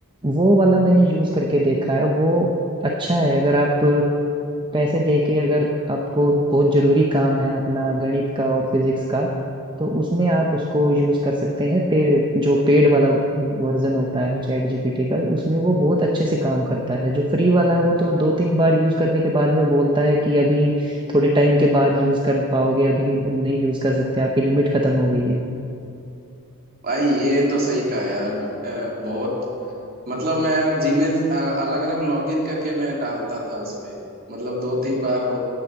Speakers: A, on the right; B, on the right.
A: वो वाला मैंने यूज करके देखा है वो अच्छा है अगर आप पैसे दे के अगर आपको बहुत जरूरी काम है अपना गणित का और फिजिक्स का तो उसमें आप उसको यूज कर सकते हैं पे, जो पेड वाला वर्जन होता है चैट जीपीटी का उसमें वो बहुत अच्छे से काम करता है जो फ्री वाला है वो तो दो तीन बार यूज करने के बाद में बोलता है कि अभी थोड़े टाइम के बाद यूज कर पाओगे अभी नहीं यूज कर सकते आपकी लिमिट खत्म हो गई है
B: भाई ये तो सही कहा यार अ, बहुत मतलब मैं जीमेल अलग अलग लॉगिन करके मैं डालता था उसपे मतलब दो तीन बार हो